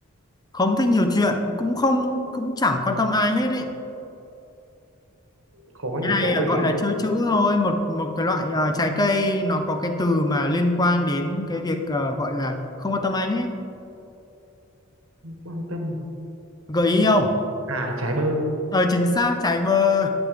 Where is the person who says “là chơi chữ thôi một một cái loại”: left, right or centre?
Left